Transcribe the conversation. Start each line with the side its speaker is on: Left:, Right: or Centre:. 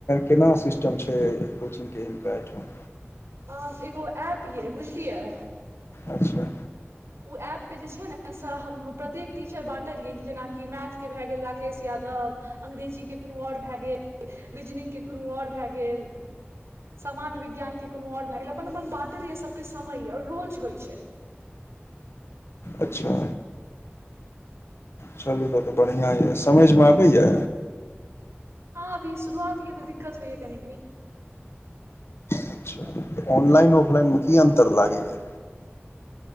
Left: केना सिस्टम छै कोचिंगके हिनका एहिठाम
Right: आ एगो ऐप ये बुझलियै
Left: अच्छा
Right: ओ ऐपपर जे छै ने से हम प्रत्येक टीचर बाँटलियै कि जेनाकि मैथके भए गेल राकेश यादव अंग्रेजीके कोनो आओर भए गेल रीजनिंगके कोनो आओर भए गेल सामान्य विज्ञान के कोनो आओर भए गेल अपन अपन बाँटल या सबके समय या रोज होइ छै
Left: अच्छा चलू तऽ तऽ बढ़िआँ यऽ समझमे आबैए
Right: हँ अभी शुरुआत हए तऽ दिक्तइ है कनी कनी
Left: अच्छा ऑनलाइन ऑफलाइन मे की अन्तर लागे ये